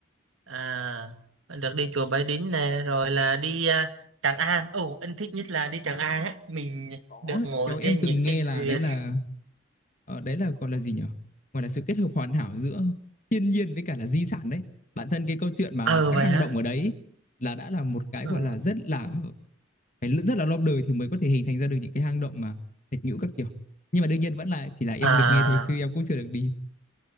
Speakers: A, on the right; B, on the left.
A: à, được đi chùa Bái Đính nè, rồi là đi à, Tràng An. Ồ, anh thích nhất là đi Tràng An á, mình
B: Có,
A: được ngồi
B: theo em
A: trên
B: từng
A: những
B: nghe
A: chiếc
B: là
A: thuyền.
B: đấy là ờ, đấy là gọi là gì nhỉ? Gọi là sự kết hợp hoàn hảo giữa thiên nhiên với cả là di sản đấy. Bản thân cái câu chuyện mà
A: Ờ
B: các
A: vậy
B: hang
A: hả?
B: động ở đấy là đã là một cái
A: Ừ.
B: gọi là rất là phải rất là lâu đời thì mới có thể hình thành ra được những cái hang động mà thạch nhũ các kiểu nhưng mà đương nhiên vẫn là chỉ là em
A: À.
B: được nghe thôi chứ em cũng chưa được đi